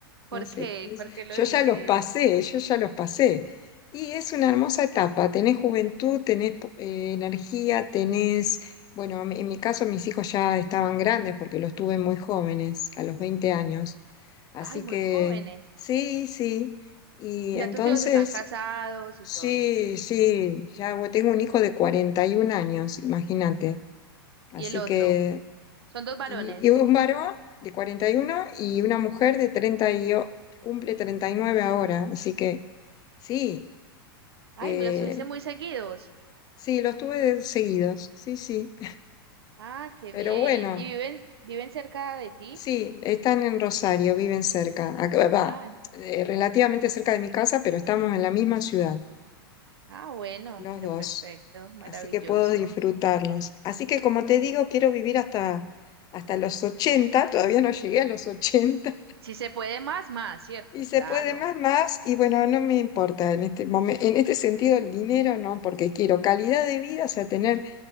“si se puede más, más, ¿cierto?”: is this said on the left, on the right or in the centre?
Right